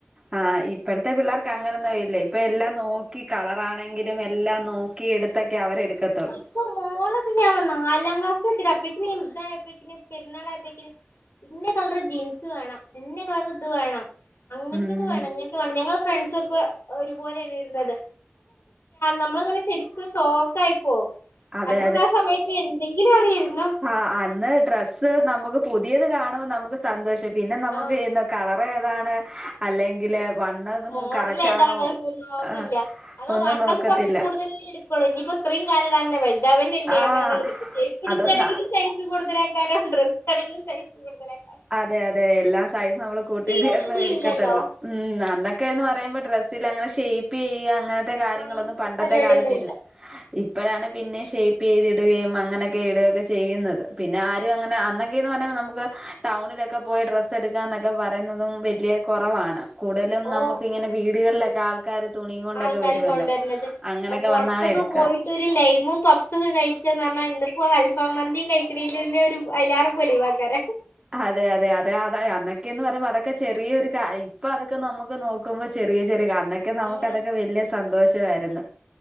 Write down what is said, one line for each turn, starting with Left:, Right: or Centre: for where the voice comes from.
Right: ആഹ് ഇപ്പത്തെ പിള്ളേർക്ക് അങ്ങനെൊന്നും വരില്ല ഇപ്പ എല്ലാം നോക്കി കളർ ആണെങ്കിലും എല്ലാം.. നോക്കി എടുത്തൊക്കെ അവരെ എടുക്കത്തുള്ളൂ.
Left: ഇപ്പ മോളൊക്കെ ഞാൻ വന്ന നാലാം ക്ലാസ്ലെത്തി പക്കി <unintelligible> പരുന്നാളയപ്പക്കിന്, ഇന്ന കളർ ജീൻസ് വേണം ഇന്ന കളർ ഇത് വേണം അങ്ങൻത്തത
Right: ഉം
Left: ത് വേണം ഇങ്ങൻത്തെ വേണം ഞങ്ങളെ ഫ്രണ്ട്സക്കെ ഒരുപോലെയാണ് ഇടുന്നത് നമ്മൾ അങ്ങനെ ശരിക്കും ഷോക്ക ആയിപ്പോ
Right: അതെ
Left: നമുക്ക് ആ സമയത്ത് എന്തെങ്കിലും അറിയാര്ന്നോ?
Right: ആ അന്ന് ഡ്രസ്സ് നമുക്ക് പുതിയത് കാണുമ്പോ നമുക്ക് സന്തോഷം പിന്നെ നമുക്ക്
Left: ആഹ്
Right: എന്തൊ കളർ ഏതാണ് അല്ലെങ്കില് വണ്ണതും
Left: മോഡൽ
Right: കറക്റ്റ്
Left: ഏതാണ്
Right: ആണോ
Left: ഒന്നും അതൊന്നുല്ല
Right: ആഹ്
Left: അത
Right: ഒന്നും
Left: വണ്ണം
Right: നോക്കത്തില്ല
Left: കുറച്ച് കൂടുതൽ എടു കൊള്ളോ ഞ്ഞിപ്പോ ഇത്രേം കാലിടാനില്ല വൽതാവന്നെല്ലേ
Right: ആഹ്
Left: അർഞട്ക്കും ചെരുപ് എടുക്കാണെങ്കിലും
Right: അതൊന്ന
Left: സൈസ് കൂടുതല കാനും ഡ്രസ് ആണെങ്കിലും സൈ കൂടുതലാക്കരം.
Right: അതെ അതെ എല്ലാ സൈസും നമ്മള് ക്കൂട്ടിത്
Left: ചെയ്യൊന്നും
Right: ഉള്ള
Left: ചെയ്യൂലല്ലോ
Right: എടുക്കത്തുള്ളൂ. ഉം അന്നൊക്കെന്ന് പറയുമ്പോ ഡ്രസ്സിൽ അങ്ങനെ ഷെയ്പ് ചെയ്യ അങ്ങനെ ത്തെ കാര്യങ്ങളൊന്നും
Left: അങ്ങനത്തെ
Right: പണ്ടത്തെ
Left: പരിപാടിയൊന്നും
Right: കാലത്തില്ല.
Left: ഇല്ല
Right: ഇപ്പോഴാണ് പിന്നെ ഷേപ്പ്യ്തി ഇടുകയും അങ്ങനെയൊക്കെ ഇടുകയൊക്കെ ചെയ്യുന്നത്, പിന്നെ ആരും അങ്ങനെ അന്നൊക്കെന്ന് പറയുമ്പോ നമുക്ക് ടൗണിലൊക്കെ പോയി ഡ്രസ്സ എടുക്കാ എന്നൊക്കെ പറയുന്നതും വല്യ കുറവാണ്.. കൂടുതലും
Left: ഓഹ്
Right: നമുക്ക് ഇങ്ങനെ വീടുകളിലൊക്കെ ആൾക്കാര് തുണിയും കൊണ്ടൊക്കെ
Left: ആൾക്കാര്
Right: വരുവല്ലോ
Left: കൊണ്ടര്ണത്.
Right: അങ്ങനൊക്കെ
Left: ഒഹ് പൊർത്തൊക്കെ
Right: വന്നാണ് എടുക്ക
Left: പോയിട്ട് ഒരു ലൈമും പബ്സൊക്കെ കഴിക്കന്ന് പറഞ്ഞാ ഇന്നിപ്പോ അൽഫാം മന്തിയും കഴിക് തിലൊല്ലോരു അയ്ലാറ പൊലിവാക്കര
Right: അതെ അതെ അതെ അത അന്നൊക്കെന്ന് പറയുമ്പോ അതൊക്കെ ചെറിയ ഒരു കാ ഇപ്പൊ അതൊക്കെ നമുക്ക് നോക്കുമ്പോ.. ചെറിയ ചെറിയ ക അന്നൊക്കെ നമുക്ക
Left: ആഹ്
Right: അതൊക്ക വല്ല്യ.. സന്തോഷവായിരുന്നു